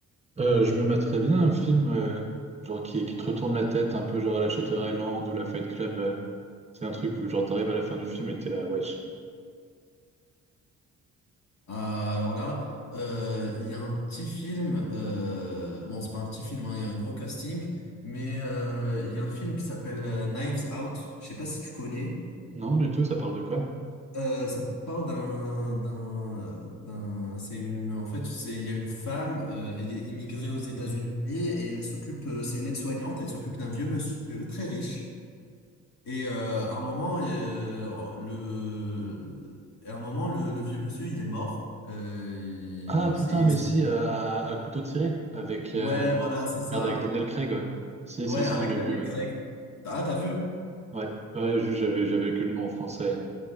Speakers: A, on the right; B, on the left.
A: Euh, je me mettrais bien un film euh, genre qui, qui te retourne la tête, un peu genre à la Shutter Island ou la Fight Club. euh. c'est un truc où genre t'arrives à la fin du film et t'es là, wesh.
B: Ah, alors là, euh, il y a un petit film. euh, bon, c'est pas un petit film, hein, il y a un gros casting, mais euh, il y a un film qui s'appelle euh, Knives Out. Je sais pas si tu connais.
A: Non, du tout, ça parle de quoi?
B: Euh, ça parle d'un, d'un, d'un, c'est une, en fait, c'est, il y a une femme, euh, elle est immigrée aux États-Unis et elle s'occupe, euh, c'est une aide-soignante, elle s'occupe d'un vieux monsieur très riche. Et euh, à un moment, euh, le, à un moment, le, le vieux monsieur, il est mort. Euh, il-
A: Ah putain,
B: c'est-
A: mais
B: c'est-
A: si, euh, à, à couteau tiré, avec,
B: ouais,
A: euh,
B: voilà, c'est ça.
A: merde, avec Daniel Craig, ouais. Si,
B: Ouais,
A: si, si,
B: avec
A: je l'ai
B: Daniel
A: vu, oui.
B: Craig. Ah, t'as vu?
A: Ouais, ouais, juste j'avais, j'avais que le nom en français.